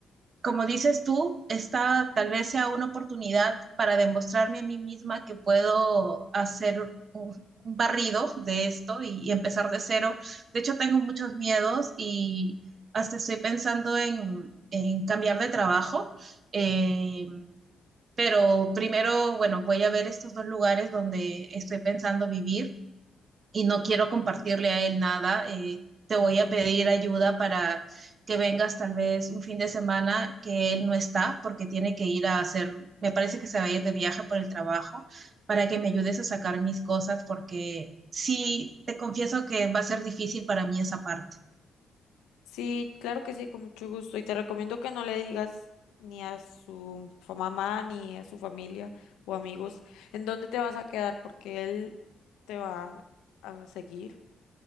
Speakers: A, on the right; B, on the left.
A: como dices tú, esta tal vez sea una oportunidad para demostrarme a mí misma que puedo hacer un, un barrido de esto y, y, empezar de cero. De hecho, tengo muchos miedos y hasta estoy pensando en, en cambiar de trabajo. Eh, pero primero, bueno, voy a ver estos dos lugares donde estoy pensando vivir y no quiero compartirle a él nada. eh, te voy
B: Ajá.
A: a pedir ayuda para que vengas tal vez un fin de semana que él no está porque tiene que ir a hacer, me parece que se va a ir de viaje por el trabajo, para que me ayudes a sacar mis cosas porque sí, te confieso que va a ser difícil para mí esa parte.
B: Sí, claro que sí, con mucho gusto. Y te recomiendo que no le digas ni a su fa- mamá, ni a su familia o amigos en dónde te vas a quedar, porque él te va a seguir